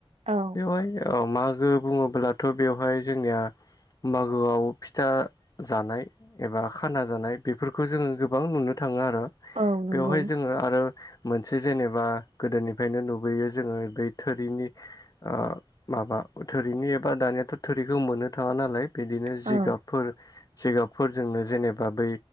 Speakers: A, on the right; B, on the left.
A: औ
B: बेवहाय मागो बुङोब्लाथ बेवहाय जोंनिया मागोआव फिथा जानाय एबा खाना जानाय बेफोरखौ जोङो गोबां नुनो थाङो आरो
A: औ नंगौ
B: बेवहाय जोङो आरो मोनसे जेनेबा गोदोनिफ्रायनो नुबोयो जोङो बै थोरिनि आ माबा थोरिनि एबा दानियाथ थोरिखौ मोननो थाङा नालाय बिदिनो
A: औ
B: जिगाबफोर जिगाबफोरजोंनो जेनेबा बै